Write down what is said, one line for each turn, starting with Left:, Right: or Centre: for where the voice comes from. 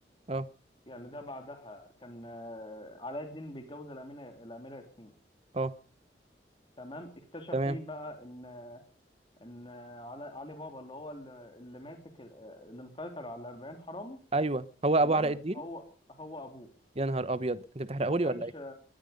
Right: اه
Left: يعني ده بعدها كان آه، علاء الدين بيتجوز الأمينة الأميرة ياسمين
Right: اه
Left: تمام اكتشف
Right: تمام
Left: مين بقى ان ان علي علي بابا اللي هو اللي, اللي ماسك ال- آه، اللي مسيطر على 40 حرامي
Right: ايوه هو ابو
Left: تمام
Right: علاء الدين
Left: هو هو ابوه
Right: يا نهار ابيض انت بتحرقهولي
Left: وما كانش
Right: ولا ايه